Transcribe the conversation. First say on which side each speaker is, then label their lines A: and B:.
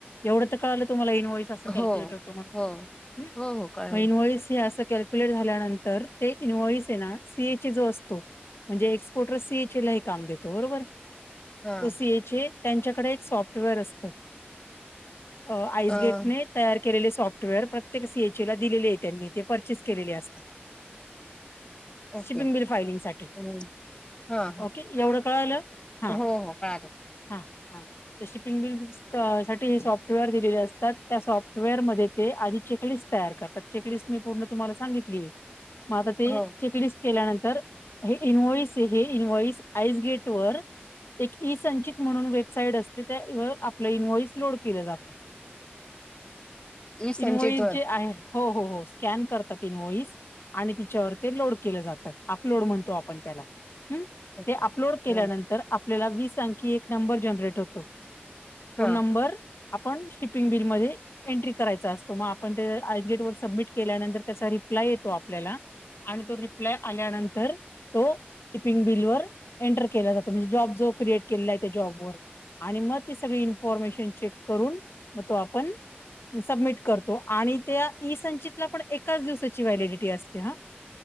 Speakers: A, on the left; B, on the left.
A: एवढं तर काळलं तुम्हाला इनव्हॉइस असं कॅल्क्युलेट
B: हो
A: होतं म्हणून
B: हो हो हो कळेल
A: मग इनव्हॉइस ही अस क झाल्यानंतर इन्वई सना सीए जो असतो म्हणजे एक्सपोर्टर सीए ला काम देतो बरोबर.
B: हा
A: सीए त्यांच्याकडे एक सॉफ्टवेअर असत. अ आईसगेटने
B: अ
A: तयार केलेले सॉफ्टवेअर प्रत्येक सीएचए ला दिलेले आहे त्यांनी ते परचेस केलेले असत.
B: ओके
A: शिपिंग बिल फायलिंग साठी.
B: हं हा
A: ओके
B: हा
A: कळलं हा
B: हो हो कळालं
A: हा. ह शीपिंग साठी हे सॉफ्टवेअर दिलेले असतात त्या सॉफ्टवेअर म ते आधी चेकलिस्ट तयार करतात चेकलिस्ट मी पूर्ण तुम्हाला सांगितली. मग आता ते
B: हो
A: चेकलिस्ट केल्यानंतर हे इनव्हॉइस हे इनव्हॉइस आईस गेट पर- एक ई संंचित म्हणून वेबसाईट असते त्या आपलं इन्व्हॉइस लोड केलं जातं.
B: ई संचित
A: इन्व्हाईस
B: वर
A: जे, हो हो स्कॅन करतात इन्व्हाईस. आणि तिच्यावर ते लोड केलं जातं अपलोड म्हणतो आपण त्याला. ह् ते अपलोड
B: का.
A: केल्यानंतर
B: हा
A: आपल्याला वीस अंकी एक नंबर जनरेट होतो. तो
B: हा.
A: नंबर आपण शिपिंग बिल म एन्ट्री करायचा असतो. मग आपण ते आइस गेट वर सबमिट केल्या नंतर त्याचा रिप्लाय येतो आपल्याला. आणि तो रिप्लाय आल्यानंतर तो शिपिंग बिल वर एंटर केला जातो म्हणजे जॉब जो क्रिएट केला आहे त्या जॉब वर आणि मग ते सगळी इन्फॉर्मेशन चेक करून मग तो आपण सबमिट करतो आणि त्या ई संंचितला पण एकाच दिवसाची व्हॅलिडिटी असते हा.